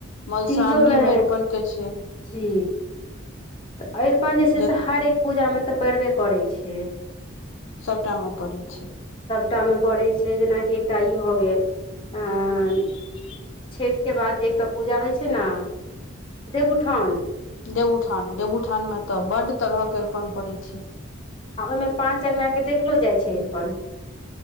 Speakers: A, on the left (about 65°); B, on the left (about 25°).
A: मधुश्रावणीमे
B: तीजोमे
A: अरिपनके छैय।
B: जी तऽ अरिपन जे छैय
A: ज
B: से हर एक पूजामे तऽ पइड़बे करै छैय।
A: सभटामे पड़ैत छैय।
B: टा मे पड़ै छैय जेनाकि एकटा ई भ गेल आ छठि के बाद जे एकटा पूजा होइ छैय ना देवउठोन
A: देवउठान देवउठानमे तऽ बड्ड तरहके अरिपन पड़ै छैय।
B: आ ओहिमे पाँच अङंगनाके देखलो जाइ छैय अरपन।